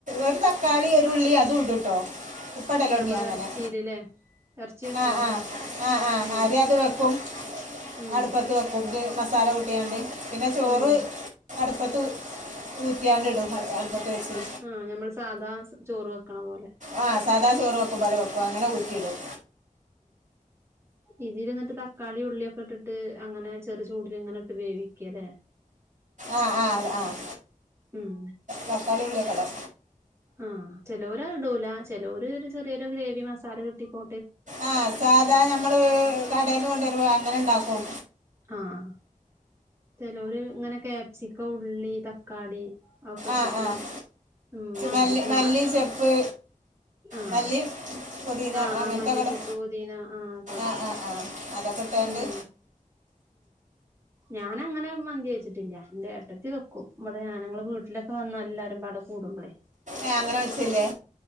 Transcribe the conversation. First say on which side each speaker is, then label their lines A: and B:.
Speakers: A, on the right; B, on the right.
A: ഒരു തക്കാളി, ഒരു ഉള്ളി, അതും ഇട് ടോ ഇപ്പടലോട്ങ്ങ്യ
B: ഞമ്മള്
A: അങ്ങനെ
B: ഇറച്ചിയിലല്ലേ ഇറച്ചി വെക്കുമ്പോ
A: ആഹ് ആഹ് ആഹ് ആഹ്
B: ഉം
A: ആദ്യ അത് വെക്കും
B: ഉം
A: അട്പ്പത്ത് വെക്കും ഇത് മ സാല കുട്ടിയാണ്ട് പിന്നെ ചോറ്
B: ഉം
A: അട്പ്പത്ത് ഉ ഊറ്റിയാണ്ട് ഇടും അടുപ്പത്ത് വെച്ച്
B: ആഹ് ഞമ്മൾ സാധാ ചോറ് വെ ക്ണ പോലെ
A: ആഹ് സാദാ ചോറ് വെക്കും പോലെ വെ അപ്പ അങ്ങനെ ഊറ്റിടും
B: ഇത് ല് ഇന്ന്ട്ട് തക്കാളി, ഉള്ളിയൊക്കെ ഇട്ട്ട്ട് അങ്ങനെ ചെറ് ചൂടില് ഇങ്ങനെ ഇട്ട് വേവിക്കാലേ
A: ആഹ് ആഹ് അത് ആഹ്
B: ഉം
A: തക്കാളി ഉള്ളീം ഒക്കെ ഇടോ
B: ആഹ് ചെലോര് അഹ് ഇടൂല ചെലോര് ചെറിയൊരു ഗ്രേവി മസാല കിട്ടികോ
A: ആഹ് സാധാ ഞമ്മള് കടേന്ന് കൊണ്ടേരുമ്പോ അങ്ങനെണ്ടാക്കും
B: ആഹ് ചേലോല് ഇങ്ങനെ കാപ്സിക്ക ഉള്ളി തക്കാളി ഒക്കെ ഇട്ടിട്ട്
A: ആഹ് ആഹ്
B: ഉം ഞാ
A: മല്ലി
B: ഞാൻ
A: മല്ലി
B: ആഹ്
A: ചെപ്പ്
B: ആഹ്
A: മല്ലി പുതിന
B: ആഹ്
A: അങ്ങനത്തെ
B: മല്ലിച്ചെപ്പ്
A: കടെ
B: പൊതീന ഒക്കെ ഇടും
A: ആഹ് ആഹ് ആഹ് അതൊ കിട്ടാണ്ട്
B: ഉം ഞാന അങ്ങനെ മന്തി വെച്ചിട്ടില്ല എന്റെ ഏട്ടത്തി വെക്കും നമ്മടെ ഞാൻഞങ്ങള് വീട്ടിലൊക്കെ വന്ന എല്ലാരും പടെ കൂടുമ്പളേ
A: ഏ അങ്ങനെ വെച്ചല്ലേ